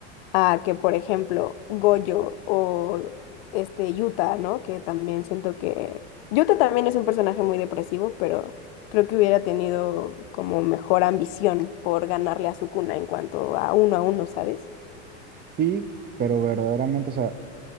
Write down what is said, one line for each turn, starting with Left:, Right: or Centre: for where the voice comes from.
Left: a que, por ejemplo, Goyo o este Yuta, ¿no? Que también siento que Yuta también es un personaje muy depresivo, pero creo que hubiera tenido como mejor ambición por ganarle a Sukuna en cuanto a uno a uno, ¿sabes?
Right: Sí, pero verdaderamente, o sea,